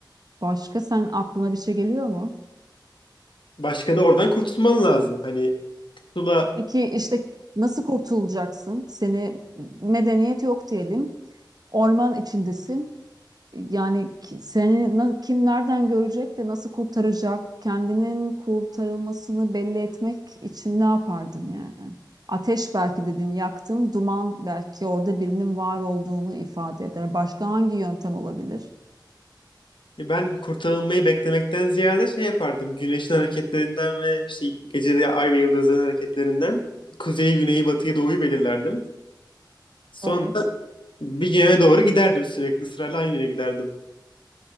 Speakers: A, on the right (about 55°); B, on the left (about 90°).
A: Başka sen aklına bir şey geliyor mu?
B: başka da oradan kurtulman lazım. Hani pusula
A: Peki işte nasıl kurtulacaksın? Seni medeniyet yok diyelim. Orman içindesin. Yani ki- seni na- kim nereden görecek de nasıl kurtaracak? Kendinin kurtarılmasını belli etmek için ne yapardın yani? Ateş belki dedin yaktın, duman belki orada birinin var olduğunu ifade eder. Başka hangi yöntem olabilir?
B: ben kurtarılmayı beklemekten ziyade şey yapardım. Güneşin hareketlerinden ve işte gece ay ve yıldızların hareketlerinden kuzeyi, güneyi, batıyı, doğuyu belirlerdim. Sonra
A: Evet.
B: bir yöne doğru giderdim sürekli sırayla aynı yere giderdim.